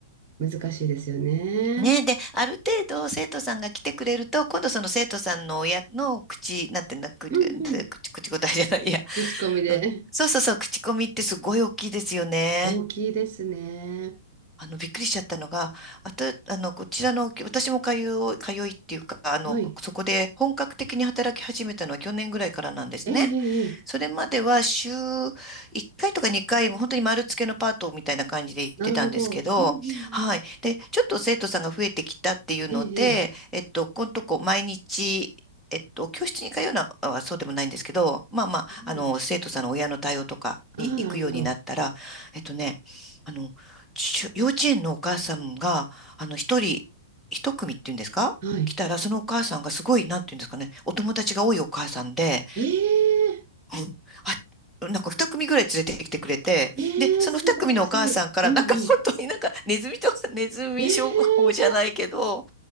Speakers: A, on the right; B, in the centre.
A: 難しいですよね。
B: ね。で、ある程度生徒さんが来てくれると、今度その生徒さんの親の口、なんていうの、口、
A: うんうん。
B: 口、口答えじゃない、
A: 口コミで。
B: いや、
A: 口コミで。
B: うん。そうそうそう、口コミってすごい大きいですよね。
A: 大きいですね。
B: あの、びっくりしちゃったのが、あと、あの、こちらの、私も通う、通いっていうか、あの、
A: はい。
B: そこで本格的に働き始めたのは去年ぐらいからなんですね。
A: ええええええ
B: それまでは週1回とか2回、本当に丸付けのパートみたいな感じで行ってたんですけど、
A: なるほど。うんうんうん。
B: はい。で、ちょっと生徒さんが増えてきたっていうので、
A: ええええ
B: えっと、このとこ毎日、えっと、教室に通うのはそうでもないんですけど、まあまあ、
A: うん。
B: あの、生徒さんの親の対応とかに行くようになったら、
A: ああ、なるほど。
B: えっとね、あの、ちゅ幼稚園のお母さんが、あの、一人、一組っていうんですか来たら、
A: はい。
B: そのお母さんがすごい、なんていうんですかね、お友達が多いお母さんで、
A: ええ
B: うん。あ、なんか二組ぐらい連れてきてくれて、
A: ええ素晴らしい。
B: で、その二組のお母さんから、
A: うんうん。
B: なんか本当になんかネズミとか、ネズミ商法じゃないけど、
A: ええ